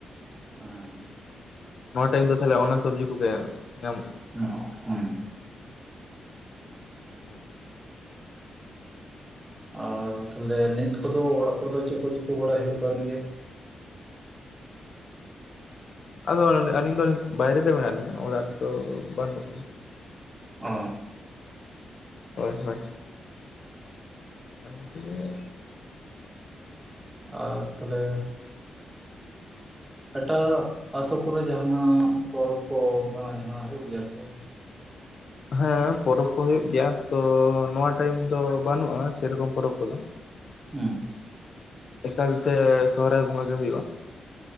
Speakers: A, on the right (about 20°); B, on the left (about 60°).
A: ᱦᱩᱸ
B: ᱱᱚᱣᱟ ᱴᱟᱭᱤᱢ ᱫᱚ ᱛᱟᱦᱚᱞᱮ ᱚᱱᱟ ᱥᱚᱵᱽᱡᱤ ᱠᱚᱜᱮ ᱧᱟᱢᱚᱜᱼᱟᱼᱼ
A: ᱦᱩᱸ ᱦᱩᱸ
B: ᱦᱩᱸ
A: ᱟᱨ ᱛᱟᱦᱞᱮ ᱱᱤᱛ ᱠᱚᱫᱚ ᱚᱲᱟᱜ ᱠᱚᱨᱮ ᱫᱚ ᱪᱮᱫ ᱠᱚ ᱪᱤᱠᱟᱹ ᱵᱟᱲᱟᱭ ᱦᱩᱭᱩᱜ ᱠᱟᱱ ᱜᱮᱭᱟ᱾
B: ᱟᱫᱚ ᱟᱹᱞᱤᱧ ᱫᱚ ᱵᱟᱭᱨᱮ ᱨᱮ ᱢᱮᱱᱟᱜ ᱞᱤᱧᱟᱹ ᱚᱲᱟᱜ ᱨᱮ ᱫᱚ ᱵᱟᱹᱱᱩᱜᱼᱼ
A: ᱚᱻ
B: ᱦᱚᱭ ᱦᱚᱭ <unintelligible>
A: ᱟᱨ ᱛᱷᱟᱞᱮᱼᱼ ᱮᱴᱟᱜ ᱟᱛᱳ ᱠᱚᱨᱮ ᱡᱟᱦᱟᱱᱟᱜ ᱯᱚᱨᱚᱵᱽ ᱠᱚ ᱚᱱᱠᱟᱱᱟᱜ ᱡᱟᱦᱟᱸᱱᱟᱜ ᱦᱩᱭᱩᱜ ᱜᱮᱭᱟ ᱥᱮᱼᱼ
B: ᱦᱮᱸ ᱯᱚᱨᱚᱵᱽ ᱠᱚ ᱦᱳᱭᱳᱜ ᱜᱮᱭᱟ ᱛᱚ ᱱᱚᱣᱟ ᱴᱟᱭᱤᱢ ᱫᱚ ᱵᱟᱹᱱᱩᱜᱼᱟ ᱥᱮᱨᱚᱠᱚᱢ ᱯᱚᱨᱚᱵᱽ ᱠᱚᱫᱚ᱾
A: ᱦᱩᱸ
B: ᱮᱠᱟᱞᱛᱮ ᱥᱚᱦᱚᱨᱟᱭ ᱵᱚᱸᱜᱟ ᱜᱮ ᱦᱩᱭᱩᱜᱼᱟ᱾